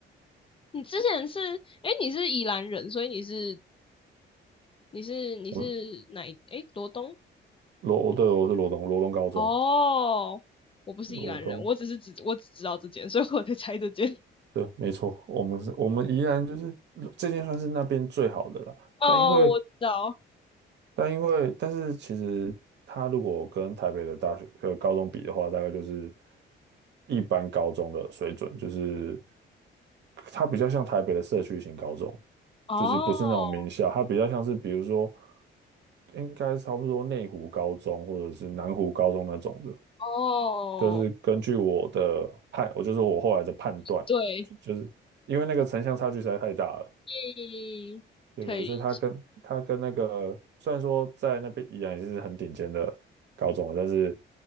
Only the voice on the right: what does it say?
我
罗，我对，我是罗东，罗东高中，
罗东，
对，没错，我们是，我们宜兰就是这件算是那边最好的了，
但因为
但因为，但是其实它如果跟台北的大学呃高中比的话，大概就是一般高中的水准，就是它比较像台北的社区型高中，
就是不是那种名校，它比较像是比如说应该差不多内湖高中或者是南湖高中那种的，
就是根据我的判，我就说我后来的判断，
就就是因为那个城乡差距实在太大了。
对对，
所以他跟他跟那个虽然说在那边依然是很顶尖的高中了，但是